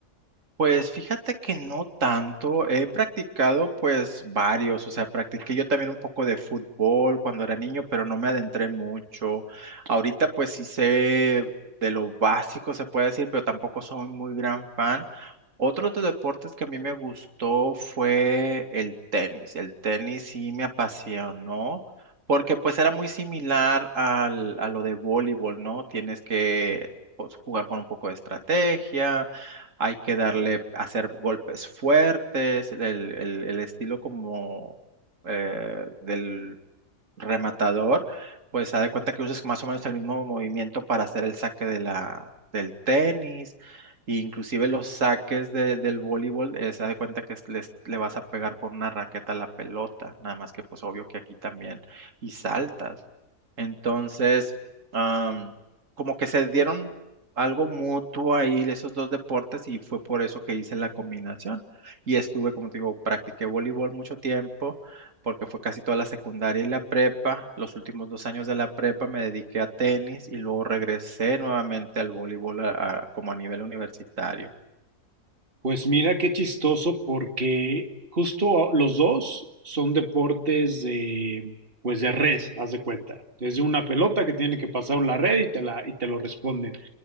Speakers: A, on the right (about 50°); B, on the right (about 35°).
A: Pues fíjate que no tanto, he practicado pues varios, o sea, practiqué yo también un poco de fútbol cuando era niño, pero no me adentré mucho. Ahorita pues sí sé de lo básico, se puede decir, pero tampoco soy muy gran fan. Otro de los deportes que a mí me gustó fue el tenis. El tenis sí me apasionó porque pues era muy similar al, a lo de voleibol, ¿no? Tienes que pues, jugar con un poco de estrategia, hay que darle, hacer golpes fuertes, el, el- el estilo como eh, del rematador, pues haz de cuenta que uses más o menos el mismo movimiento para hacer el saque de la, del tenis, e inclusive los saques de- del voleibol, eh, se da de cuenta que es- les- le vas a pegar con una raqueta a la pelota, nada más que pues obvio que aquí también, y saltas. Entonces, am, como que se dieron algo mutuo ahí esos dos deportes y fue por eso que hice la combinación. Y estuve, como te digo, practiqué voleibol mucho tiempo porque fue casi toda la secundaria y la prepa. Los últimos dos años de la prepa me dediqué a tenis y luego regresé nuevamente al voleibol a- a- como a nivel universitario.
B: Pues mira qué chistoso porque justo los dos son deportes de, pues de red, haz de cuenta. Es una pelota que tiene que pasar una red y te la, y te lo responden.